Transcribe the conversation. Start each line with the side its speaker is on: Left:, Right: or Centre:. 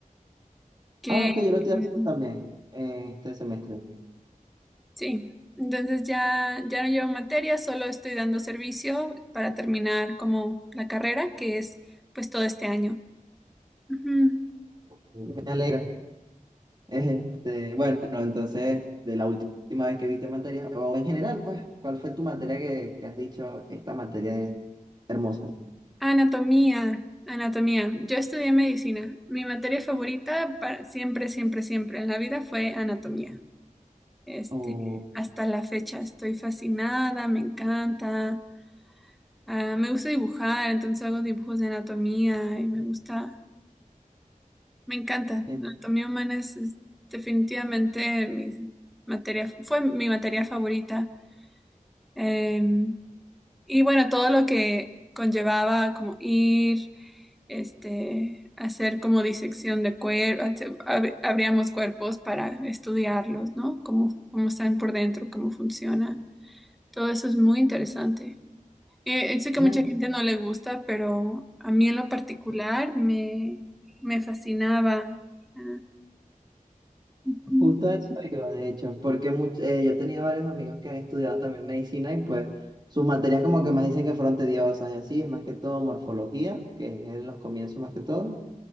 Centre: que
Right: Ah, ok, yo lo estoy
Centre: em,
Right: haciendo también eh, este semestre.
Centre: sí, entonces ya, ya no llevo materias, solo estoy dando servicio para terminar como la carrera, que es pues todo este año. Ujú.
Right: Me alegra. Este, bueno, entonces, de la última vez que viste materia, o en general, pues, ¿cuál fue tu materia que, que has dicho, esta materia es hermosa?
Centre: Anatomía, anatomía. Yo estudié medicina. Mi materia favorita para siempre, siempre, siempre en la vida fue anatomía. Este,
Right: O,
Centre: hasta la fecha estoy fascinada, me encanta. Ah, me gusta dibujar, entonces hago dibujos de anatomía y me gusta, me encanta.
Right: eh,
Centre: La anatomía humana es, es definitivamente mi materia, fue mi materia favorita. Eh, y bueno, todo lo que conllevaba como ir, este, hacer como disección de cuerpos, abríamos cuerpos para estudiarlos, ¿no? Cómo, cómo están por dentro, cómo funcionan. Todo eso es muy interesante. Eh, eh, sé que
Right: mira,
Centre: a mucha gente no le gusta, pero a mí en lo particular me, me fascinaba. Ah, ujú.
Right: justo a eso iba, de hecho, porque much- eh, yo he tenido varios amigos que han estudiado también medicina y pues sus materias como que más dicen que fueron tediosas y así, es más que todo morfología, que es en los comienzos más que todo,